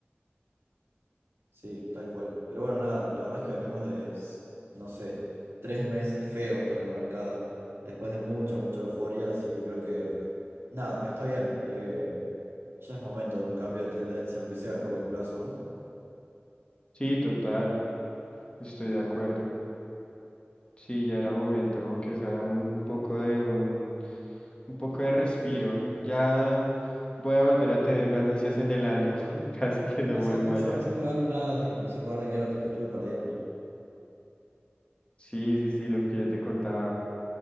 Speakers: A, on the right; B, on the left.
A: Sí, tal cual. Pero bueno, nada, la verdad es que venimos de, s- no sé, tres meses feos para el mercado, después de mucha, mucha euforia, así que creo que, nada, está bien. eh, ya es momento de un cambio de tendencia, aunque sea a corto plazo, ¿no?
B: Sí, total, estoy de acuerdo. Sí, ya era momento, aunque sea un poco de un, un poco de respiro. Ya voy a volver a tener ganancias en el año. <laughs> Casi que no
A: Exacto,
B: vuelvo allá.
A: yo, yo no gano nada desde que empecé a pagar dinero, tipo, estuve perdiendo.
B: Sí, sí, sí, lo que yo te contaba.